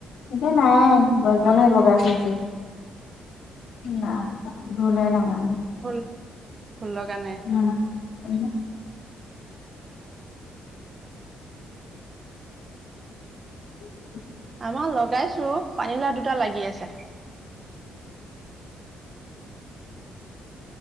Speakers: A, on the left (about 85°); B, on the right (about 35°).
A: এতিয়া নায়ে। গছ ডালহে
B: অ
A: বগাই ফুৰিছে। ‌না, ভুলে লগা নাই।
B: ভুল -ভুল লগা নাই?
A: উম। <unintelligible> <inaudible>
B: আমাৰ লগাইছো পানীলাও দুটা লাগি আছে।